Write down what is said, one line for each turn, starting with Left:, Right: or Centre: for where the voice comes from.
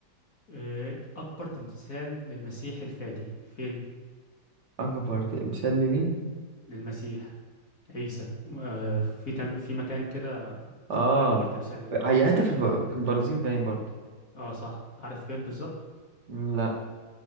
Left: آه، أكبر تمثال للمسيح الفادي فين؟
Right: أكبر تمثال لمين؟
Left: للمسيح عيسى آه، في تم... في مكان كده
Right: اه
Left: في أكبر تمثال ليه
Right: هي حتة في الب- في البرازيل باين برضه
Left: اه صح عارف فين بالظبط؟
Right: لا